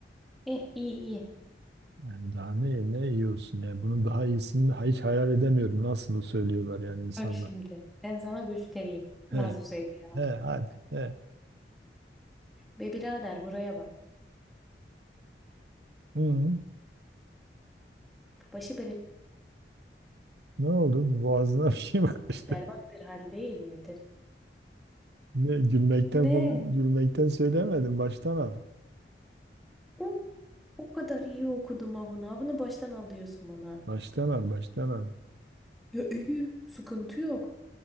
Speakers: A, in the centre; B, on the right (about 70°).
A: Eh iyi iyi.
B: Yani daha ne ne yiyorsun ya? Bunun daha iyisini hiç hayal edemiyorum. Nasıl söylüyorlar yani insanlar.
A: Bak şimdi ben sana göstereyim. Nasıl
B: He,
A: söyleyeyim?
B: he, hadi, he.
A: Be birader buraya bak.
B: Hı,
A: Başı bere
B: ne oldu? Boğazına bir şey mi kaçtı?
A: berbat bir hal değil midir?
B: Ne, gülmekten
A: Ne?
B: kom- gülmekten söylemedim. Baştan al.
A: O, o kadar iyi okudum ha bunu. Ha Bunu baştan al diyorsun bana.
B: Baştan al, baştan al.
A: Ya iyi. Sıkıntı yok.